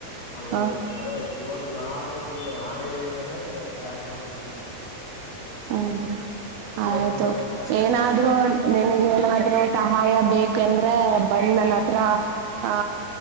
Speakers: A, on the left; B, on the right.
A: ಹೌದಾ
B: ಹ
A: ಅದೇ ಇವಾಗ ನಾಡಿಂದ ನಾಡೆಯಿಂದಾನೇ ಸ್ಟಾರ್ಟ್ ಮಾಡ್ತ
B: ಹ್ಮ ಹ್ಮ
A: ಇವತ್ತಿಂದಾನೇ
B: ಆಯ್ತು
A: ಸ್ಟಾರ್ಟ್ ಮಾಡ್ಬೇಕು
B: ಏನಾದ್ರೂ ನಿಂಗೆ ಏನಾದ್ರೂ ಸಹಾಯ ಬೇಕಂದ್ರೆ ಬಂದ್ ನನ್ನ ಹತ್ರ ಆ